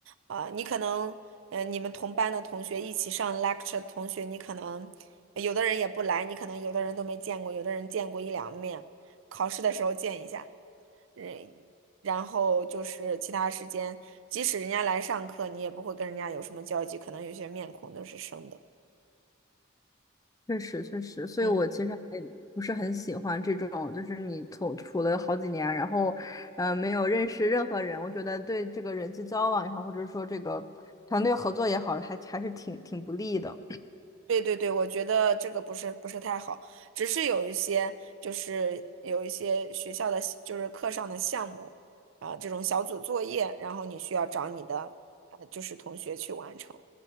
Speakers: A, on the right; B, on the left.
A: 啊、你可能呃你们同班的同学一起上 lecture 的同学，你可能有的人也不来，你可能有的人都没见过，有的人见过一两面，考试的时候见一下。嗯，然后就是其他时间，即使人家来上课，你也不会跟人家有什么交集，可能有些面孔都是生的。
B: 确实确实，所以我其实还不是很喜欢这种，
A: 嗯。
B: 就是你从处了好几年，然后呃没有认识任何人，我觉得对这个人际交往也好，或者说这个团队合作也好，还还是挺挺不利的。
A: 对对对，我觉得这个不是不是太好，只是有一些就是有一些学校的就是课上的项目啊，这种小组作业，然后你需要找你的呃就是同学去完成，